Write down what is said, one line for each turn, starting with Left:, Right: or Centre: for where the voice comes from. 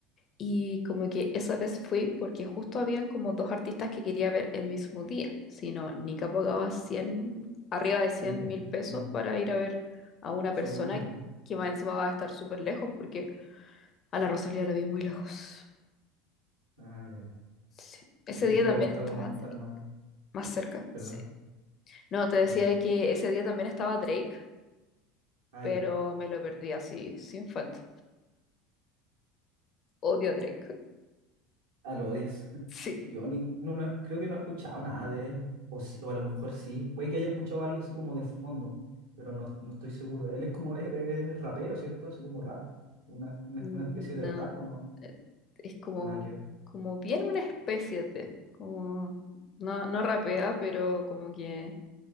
Left: Y como que esa vez fui porque justo habían como dos artistas que quería ver el mismo día. Si no, Nika pagaba 100 arriba de cien
Right: Sí, po.
Left: mil pesos
Right: Mm,
Left: para ir a ver a una
Right: Solo
Left: persona
Right: uno.
Left: que más encima va a estar súper lejos porque a la Rosalía la vi muy lejos.
Right: Ah, ya.
Left: Sí. Ese
Right: Y que
Left: día
Right: te hubiera
Left: también
Right: gustado
Left: estaba
Right: como estar
Left: Drake,
Right: más,
Left: más cerca.
Right: ¿verdad?
Left: Sí. No, te decía
Right: Ah, ya.
Left: que ese día también estaba Drake,
Right: Ah,
Left: pero
Right: ya.
Left: me lo perdí así, sin falta. Odio a Drake. <laughs>
Right: Ah, lo odias. <laughs>
Left: Sí.
Right: Yo ni, no, no, creo que no he escuchado nada de él. O, sí- o a lo mejor sí. Puede que haya escuchado algo así como de fondo, pero no, no estoy seguro. Él es como <laughs> es, es rapero, ¿cierto? Hace como rap. Una, una,
Left: n-
Right: una especie
Left: na-
Right: de rap o no.
Left: eh, es como,
Right: O nada que ver.
Left: como bien una especie de, como, no, no rapea, pero como que,